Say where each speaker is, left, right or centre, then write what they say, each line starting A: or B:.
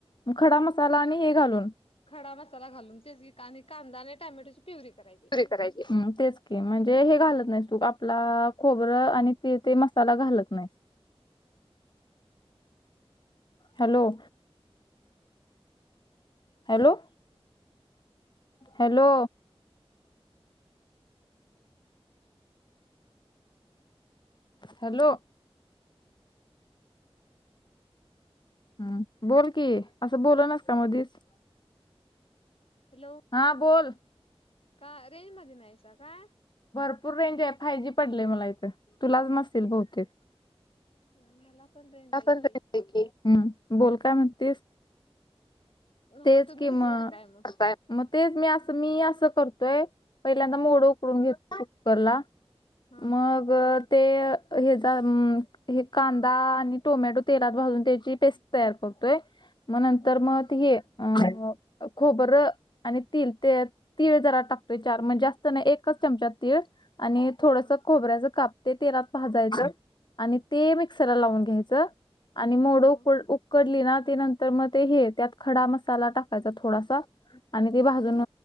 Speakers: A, on the left; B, on the left.
A: खडा मसाला आणि हे घालून
B: खडा मसाला घालून तेच की आणि कांदा आणि टॅमॅटोची प्युरी करायची.
A: पुरी हम्म तेच की म्हणजे हे घालत नाहीस तू आपला खोबरं आणि ते ते मसाला घालत नाही. हॅलो. हॅलो. हॅलो. हॅलो. हम्म बोल की असं बोलं नसतं मधीच.
B: हॅलो
A: हा बोल.
B: का रेंज मध्ये नाहीयसा काय?
A: भरपूर रेंज आहे फाय जी पडलेय मला इथे तुलाच नसेल बहुतेक.
B: नाय मला पण रेंज
A: हम्म
B: आहे की.
A: बोल काय म्हणतेच?
B: हो
A: तेच
B: तुम्ही
A: किं म
B: कसं करताय मग?
A: मग तेच मी असं मी असं करतोय पहिल्यांदा मोडं उकडून घेत कुकराला
B: हा
A: मग ते हेजा म कांदा आणि टोमॅटो तेलात भाजून त्याची पेस्ट तयार करतोय मग नंतर
B: हा
A: मग ते हे अ खोबरं आणि तिल ते तीळ जरा टाकतोय चार म्हणजे जास्त ना एकच चमचा तीळ आणि थोडस
B: हा
A: खोबऱ्याचा काप ते तेलात भाजायचं आणि ते मिक्सरला लावून घ्यायचं आणि मोडं
B: हा
A: उक उकडली ना ते नंतर मग ते हे त्यात खडा मसाला टाक कायचा थोडासा आणि ते भाजून
B: हा